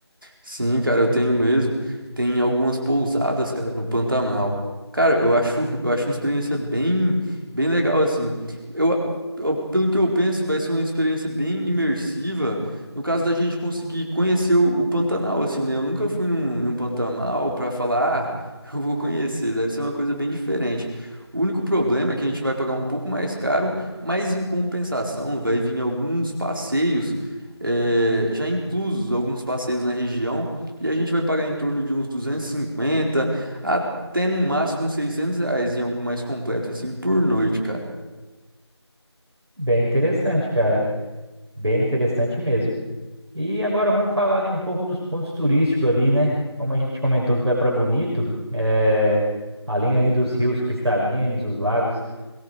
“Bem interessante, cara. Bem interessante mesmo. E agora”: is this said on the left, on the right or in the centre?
Right